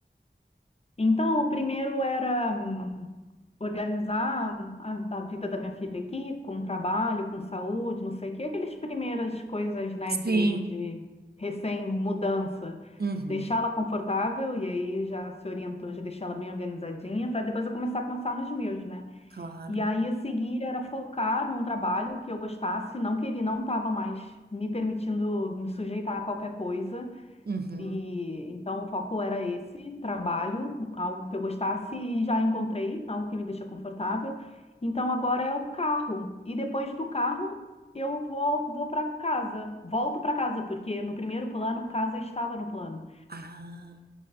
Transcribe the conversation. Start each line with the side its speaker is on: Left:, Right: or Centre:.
Left: Então, o primeiro era. hum, organizar a, a vida da minha filha aqui, com trabalho, com saúde, não sei o quê, aquelas primeiras coisas, né,
Right: Sim.
Left: de, de recém-mudança.
Right: Uhum.
Left: Deixá-la confortável, e aí já se orientou, já deixá-la bem organizadinha, para depois eu começar a pensar nos meus, né?
Right: Claro.
Left: E aí a seguir era focar num trabalho que eu gostasse, não queria, não estava mais me permitindo me sujeitar a qualquer coisa,
Right: Uhum.
Left: e então o foco era esse trabalho, algo que eu gostasse e já encontrei, algo que me deixa confortável. Então agora é o carro. E depois do carro eu vou, vou para casa, volto para casa, porque no primeiro plano casa estava no plano.
Right: Ah.